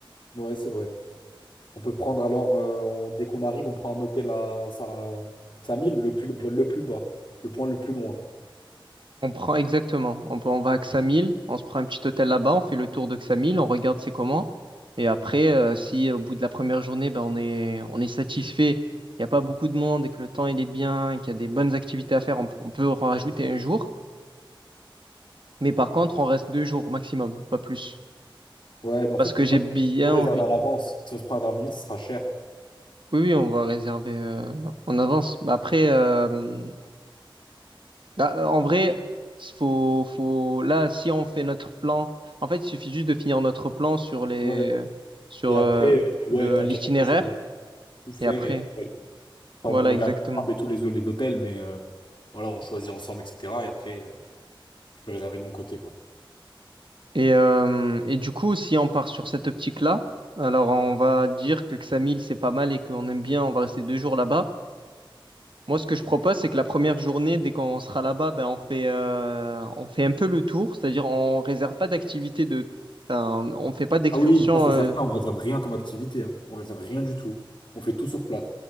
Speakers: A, on the left; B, on the right.
A: Ouais, c'est vrai. On peut prendre alors, euh, on- dès qu'on arrive, on prend un hôtel à, Sa- 5000, le plus, b- le plus bas, le point le plus loin.
B: On prend exactement. On, peut- on va à Xamil, on se prend un petit hôtel là-bas, on fait le tour de Xamil, on regarde c'est comment. Et après, euh, si euh, au bout de la première journée, ben, on est, on est satisfait, il n'y a pas beaucoup de monde et que le temps il est bien, et qu'il y a des bonnes activités à faire, on, on peut en rajouter un jour. Mais par contre, on reste deux jours au maximum, pas plus.
A: Ouais, mais en
B: Parce
A: fait,
B: que
A: le problème,
B: j'ai bien
A: c'est qu'il faut tout réserver
B: envie.
A: à l'avance. Si on se prend à dernière minute, ce sera cher.
B: Oui, oui, on va réserver euh, en avance. Mais après, euh, Bah, euh, en vrai, faut, faut, là, si on fait notre plan, en fait, il suffit juste de finir notre plan sur les,
A: Ouais.
B: sur
A: Et
B: euh,
A: après, euh,
B: le,
A: ouais, t'inquiète,
B: l'itinéraire
A: après, je peux tout faire
B: et après,
A: et tout. voyer. Enfin,
B: voilà,
A: on peut regarder
B: exactement.
A: ensemble et tous les, les hôtels, mais euh, voilà, on choisit ensemble, etc. Et après, euh, je peux réserver de mon côté, quoi.
B: Et, euh, et du coup, si on part sur cette optique-là, alors on va dire que Xamil, c'est pas mal et qu'on aime bien, on va rester deux jours là-bas. Moi, ce que je propose, c'est que la première journée, dès qu'on sera là-bas, ben, on fait, euh, on fait un peu le tour, c'est-à-dire on réserve pas d'activité de, ben, on fait pas d'excursion.
A: Ah oui, ça c'est
B: euh,
A: certain, on réserve rien comme activité, hein. On réserve rien du tout. On fait tout sur place.